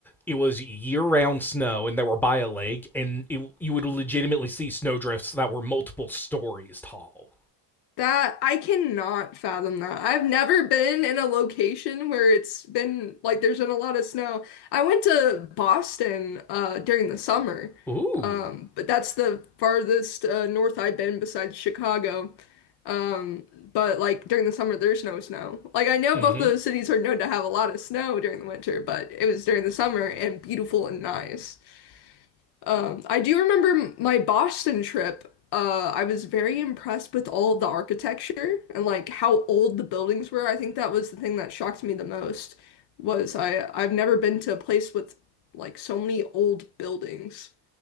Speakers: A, in the centre; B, on the left.
A: It was year-round snow, and they were by a lake, and it, you would legitimately see snowdrifts that were multiple stories tall.
B: That I cannot fathom that. I've never been in a location where it's been like there's been a lot of snow. I went to Boston uh during the summer.
A: Ooh.
B: Um but that's the farthest uh, north I've been besides Chicago. Um but like during the summer there's no snow. Like I know
A: Mm-hmm.
B: both those cities are known to have a lot of snow during the winter, but it was during the summer and beautiful and nice. Um, I do remember my Boston trip. Uh, I was very impressed with all of the architecture and like how old the buildings were. I think that was the thing that shocked me the most was I I've never been to a place with like so many old buildings.